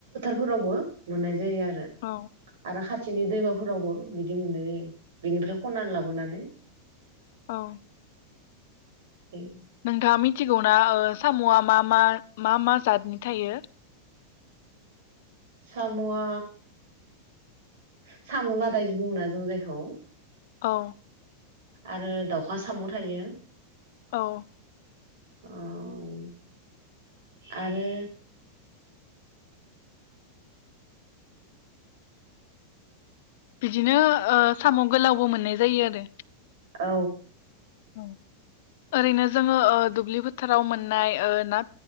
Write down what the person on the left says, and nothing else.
औ
औ
नोंथांङा मिथिगौना ओ साम'आ मा मा मा मा जादनि थायो
औ
औ
बिदिनो ओ साम' गोलावबो मोननाय जायो आरो।
औ ओरैनो जोंङो ओ दुब्लि फोथाराव ओ मोननाय ओ ना